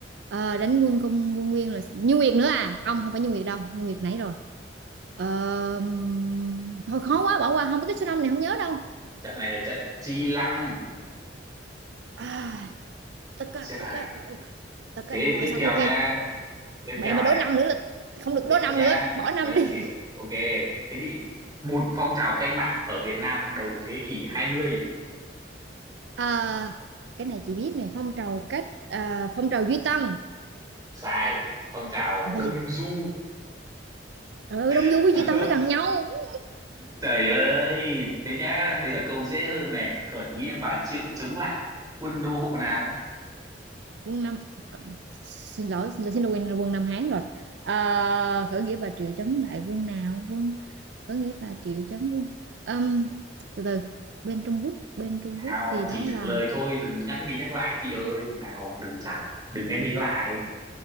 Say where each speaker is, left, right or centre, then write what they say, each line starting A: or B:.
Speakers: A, on the right; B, on the right.
A: Ờ, đánh quân công quân nguyên là Như Nguyệt nữa à? Không, không phải Như Nguyệt đâu, Như Nguyệt nãy rồi. Ờ, thôi khó quá bỏ qua không biết cái số năm này không nhớ đâu
B: Trận này là trận Chi Lăng.
A: à, tất cả
B: Trời.
A: tất cả rồi tất cả
B: Thế thì
A: rồi
B: tiếp
A: xong
B: theo
A: ok
B: nha. Tiếp
A: mẹ
B: theo
A: mà
B: này.
A: đố năm nữa là không được
B: Thế
A: đố năm
B: thì nhá.
A: nữa bỏ năm
B: Đây
A: đi
B: thì ok. Thế thì một phong trào cách mạng ở Việt Nam đầu thế kỷ hai mươi
A: <laughs> à, cái này chị biết nè phong trào cách à, phong trào duy tân
B: sai phong trào
A: Ủa phải
B: Đông
A: gì
B: Du
A: trời ơi Đông
B: <laughs>
A: Du với Duy Tân nó gần nhau <laughs>
B: Trời ơi, thế nhá, bây giờ câu dễ hơn này, khởi nghĩa Bà Triệu chống lại quân đô hộ nào?
A: quân Nam xin lỗi xin lỗi quên quân Nam Hán rồi Ờ, khởi nghĩa Bà Triệu chống lại quân nào quân khởi nghĩa Bà Triệu chống quân Ừm, từ từ bên Trung Quốc bên Trung
B: Nào,
A: Quốc thì
B: chỉ
A: đó
B: trả
A: là
B: lời thôi, đừng nhắc đi nhắc lại chị ơi, nào, đừng trả, đừng nhắc đi lại,